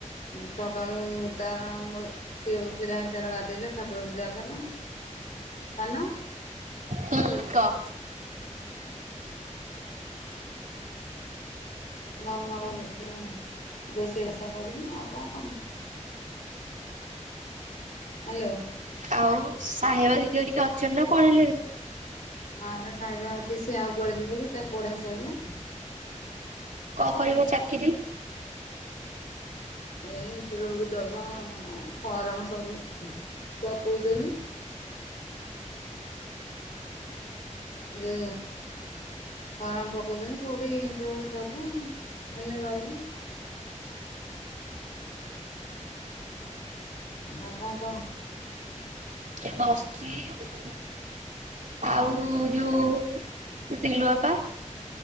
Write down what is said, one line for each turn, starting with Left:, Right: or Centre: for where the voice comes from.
Left: ସକାଳୁ ତାର ମ ସିଏ ଉଠିଲା ତାର ଗାଧେଇଲା ଠାକୁର ପୂଜା କଲା ସାନ
Right: ହୁଁ କହ?
Left: <unintelligible> ରୋଷେଇବାସ କରିବି ଆଉ କଣ କାମ। ହ୍ୟାଲୋ
Right: ଆଉ ସାହେବା ଦିଦି ହେରିକା ଅଛନ୍ତି ନା ପଳେଇଲେଣି?
Left: ହଁ ଲୋ ସାହେବା ଅଛି ସିଏ ଆଉ କୁଆଡ଼େ ଯିବ କି ତା ପଢ଼ା ସଇଲା।
Right: କଣ କରିବେ ଚାକିରି?
Left: ଏଇ ଇଣ୍ଟରଭି୍ୟୁ କ ଦବ ଫର୍ମ ସବୁ ପକଉଛନ୍ତି। ଜଅ ଫର୍ମ ପକଉଛନ୍ତି କୋଉଠି ଇଣ୍ଟରଭ୍ୟୁ ଦବ ହେଲେ ରହିବୁ। ଆଉ କଣ କହ?
Right: ଏ ବସିଚି ଆଉ ଯୋଉ ତୁ ଟିଲୁଆପା